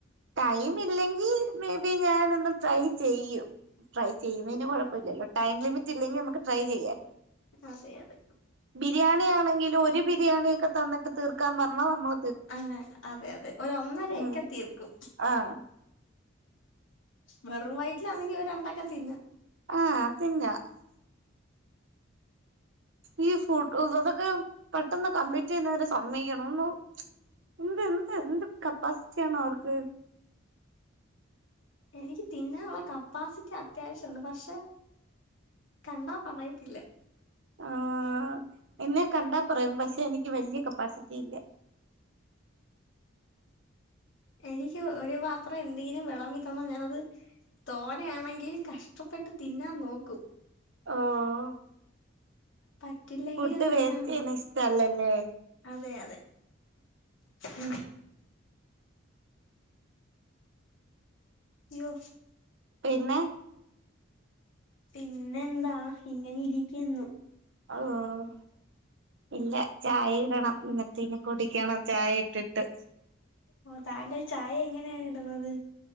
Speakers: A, on the right; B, on the left.
A: ടൈം ഇല്ലെങ്കി മേബി ഞാനൊന്ന് ട്രൈ ചെയ്യും ട്രൈ ചെയ്യുന്നതിന് കുഴപ്പല്ലല്ലോ ടൈം ലിമിറ്റ് ഇല്ലെങ്കി നമുക്ക് ട്രൈ ചെയ്യാലോ
B: അതെ അതെ
A: ബിരിയാണി ആണെങ്കിലും ഒരു ബിരിയാണിയൊക്കെ തന്നിട്ട് തീർക്കാൻ പറഞ്ഞാ നമ്മൾ
B: ആഹ് അതെ അതെ ഒരു ഒന്നരയൊക്കെ
A: ഉം
B: തീർക്കും
A: ആഹ്
B: വെറും വയറ്റിലാന്നെങ്കി രണ്ടൊക്കെ തിന്നു
A: ആഹ് പിന്നെ ഈ ഫ്രൂ അതൊക്കെ പെട്ടെന്ന് കംപ്ലീറ്റ്യ്യുന്നവരെ സമ്മയിക്കണം ഒന്നു എന്ത് എന്ത് എന്ത് കെപ്പാസിറ്റിയാണ് അവർക്ക്
B: എനിക്ക് തിന്നാനുള്ള കപ്പാസിറ്റി അത്യാവശ്യംണ്ട് പക്ഷെ കണ്ടാ പറയത്തില്ല
A: ആഹ് എന്നെ കണ്ടാ പറയും പക്ഷെ എനിക്ക് വല്ല്യ കപ്പാസിറ്റി ഇല്ല
B: എനിക്ക് ഒരു പാത്രം എന്തെങ്കിലും വിളമ്പി തന്ന ഞാനത് തോനയാണെങ്കിൽ കഷ്ടപ്പെട്ട് തിന്നാൻ നോക്കും
A: ഒഹ് ഓഹ്
B: പറ്റില്ലെങ്കിലും
A: ഫുഡ്
B: തിന്നാൻ
A: വേസ്റ്റ്
B: നോക്കും.
A: ചെയ്യുന്ന ഇഷ്ടല്ലല്ലേ
B: അതെ അതെ ഉം. യോ
A: പിന്നെ
B: പിന്നെ എന്താ ഇങ്ങനെ ഇരിക്കുനു.
A: ഔ ഇല്ല ചായ ഇടണം ഇന്നട് ഇന്ന് കുടിക്കണം ചായ. ട്ടിട്ട്
B: ഓ താങ്കൾ ചായ എങ്ങനെയാണ് ഇടുന്നത്.